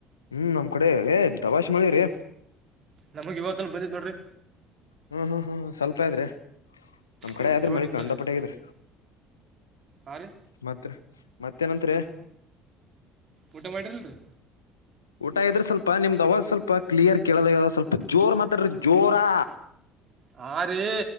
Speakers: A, on the left; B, on the right.
A: ಹ್ಮ್ ನಮ್ಮ್ ಕಡೆ ಏ ದವಾಾಷ್ ಮಾಡಿ ರೀ
B: ನಮಗೆ ಇವತ್ತನೂ ಬಂದಿತ್ತು ನೋಡಿ್ರರಿ
A: ಹ್ಮ್ ಹ್ಮ್ ಹ್ಮ್್ಮ ಸ್ವಲ್ಪ ಆದ್ರೆ ನಮ್ ಕಡೆ
B: ಇವ್-
A: ಆದ್ರೆ
B: ಇವಾಗ
A: ಮಳಿ
B: ನಿಂತದ
A: ಕಂಡಪಟ್ಟಗಿದ್ರ
B: ರೀ ಹಾಂ ರೀ
A: ಮತ್ರ ಮತ್ತೇನತ್ರಿ
B: ಊಟ ಮಾಡಿರಲ್ಲ ರರಿ
A: ಊಟ ಇದ್ರೆ ಸ್ವಲ್ಪ ನಿಮ್ದ್ ಅವಾಜ್ ಸ್ವಲ್ಪ ಕ್ಲಿಯರ್ ಕೇಳದಾಗದ ಸ್ವಲ್ಪ ಜೋರ್ ಮಾತಾಡ್ರೆ ಜೋರಾ
B: ಹಾ ರಿ